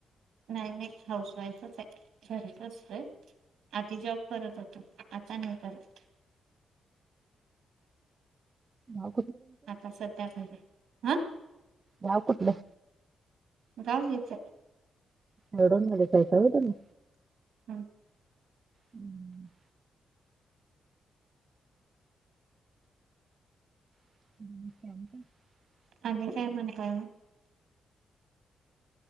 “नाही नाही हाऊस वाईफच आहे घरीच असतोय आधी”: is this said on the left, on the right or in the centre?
Right